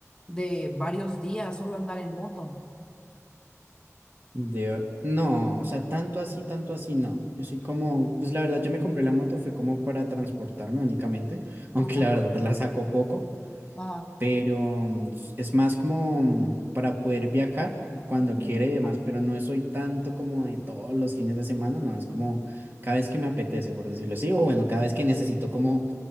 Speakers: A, on the left; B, on the right.
A: de varios días solo a andar en moto.
B: De- no, o sea, tanto así, tanto así, no. Yo soy como, pues la verdad, yo me compré la moto, fue como para transportarme únicamente, <laughs> aunque
A: Ajá,
B: la verdad la saco poco.
A: ajá,
B: pero mm, es más como mm, para poder viajar cuando
A: Ujú.
B: quiera y demás, pero no soy tanto como de todos los fines de semana, no, es como cada vez que me apetece, por decirlo así, o bueno, cada vez que necesito como